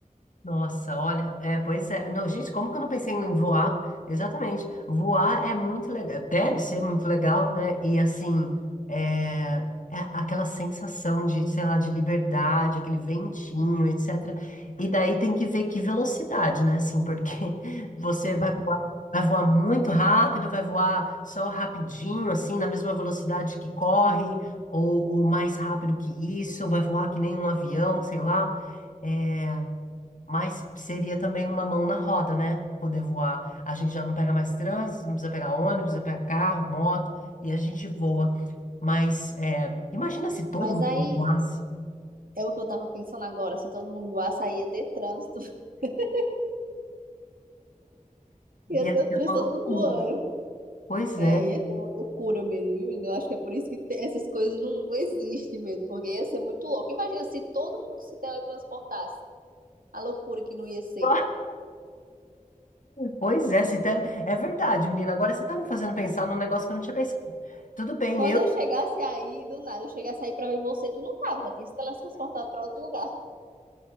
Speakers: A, on the left; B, on the right.
A: Nossa, olha, é, pois é. Não, gente, como que eu não pensei em voar? Exatamente. Voar é muito legal, deve ser muito legal, né? E assim, é, é aquela sensação de, sei lá, de liberdade, aquele ventinho, etc. E daí tem que ver que velocidade, né? Assim, porque <laughs> você vai voar, vai voar muito rápido, vai voar só rapidinho, assim, na mesma velocidade que corre, ou, ou mais rápido que isso, vai voar que nem um avião, sei lá. É, mas seria também uma mão na roda, né? Poder voar. A gente já não pega mais trânsito, não precisa pegar ônibus, não precisa pegar carro, moto, e a gente voa. Mas é, imagina se todo
B: Mas
A: mundo
B: aí,
A: voasse,
B: é o que eu tava pensando agora: se todo mundo voasse, aí ia ter trânsito. <laughs> Ia
A: ia
B: ter o
A: ser
B: trânsito
A: uma loucura.
B: todo mundo voando.
A: né? Pois
B: É,
A: é.
B: ia ser uma loucura mesmo, viu, menino? Eu acho que é por isso que te- essas coisas não, não existem mesmo, porque ia ser muito louco. Imagina se todo mundo se teletransportasse, a loucura que não ia ser.
A: <laughs> Pois é, se te- é verdade, menina. Agora você tá me fazendo pensar num negócio que eu não tinha pensado. Tudo bem,
B: Quando
A: eu
B: eu chegasse aí, do nada, eu chegasse aí pra ver você, tu não tava, já tinha se teletransportado pra outro lugar.